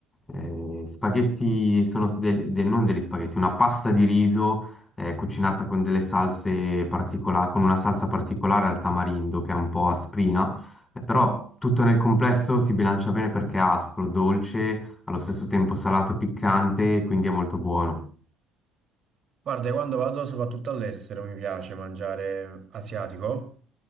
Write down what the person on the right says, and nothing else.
Guarda, io quando vado soprattutto all'estero mi piace mangiare asiatico